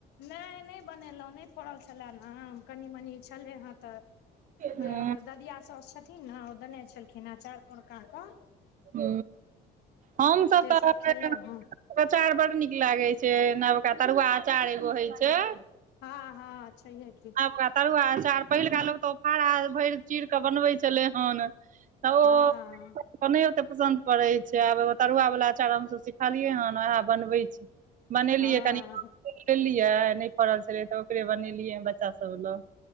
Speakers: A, on the left; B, on the right.
A: नहि नहि बनेलहुँ नहि पड़ल छलए आम क मनी छलै हँ तऽर
B: ह
A: ददिया सस छथिन ने ओ देने छलखिन हे चारि परकाे
B: ह हमसभ तऽ
A: सब खेलहुँ हेँ
B: अचार बड नीक लागे छैय नवका तरुआ अचार एगो होय छैय
A: हँ हँ छैहै की
B: आबका तरुआ अचार पहिलका लोक तऽ ओ फड़ा भरि चीर कऽ बनबै छलै हन तऽ ओ
A: हँ
B: नहि ओतेक पसन्द पड़ैत छैय आब तरुआ वला अचार हमसभ सिखलियै हेन उएह बनबैत छैय बनेलियै
A: हँ
B: कनि लेलियै नहि फड़ल छलै तऽ ओकरे बनेलियै बच्चा सभ लग